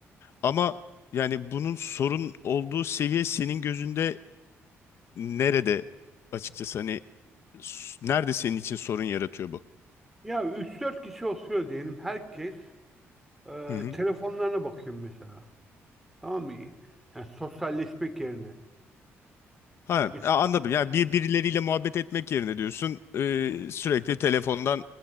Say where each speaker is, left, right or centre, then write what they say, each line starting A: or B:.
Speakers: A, on the left; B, in the centre.
A: Ama yani bunun sorun olduğu seviye senin gözünde nerede açıkçası hani s- nerede senin için sorun yaratıyor
B: Ya üç dört kişi oturuyor diyelim herkes e,
A: bu?
B: telefonlarına bakıyor mesela. Tamam mı? Yani sosyalleşmek yerine.
A: Ha,
B: Bir,
A: a- anladım. Yani bir, birileriyle muhabbet etmek yerine diyorsun e, sürekli telefondan